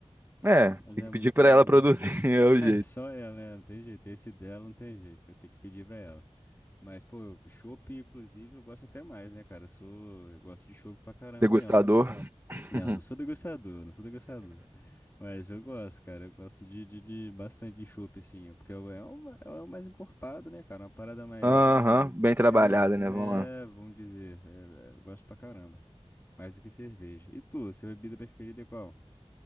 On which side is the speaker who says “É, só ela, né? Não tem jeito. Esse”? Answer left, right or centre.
Left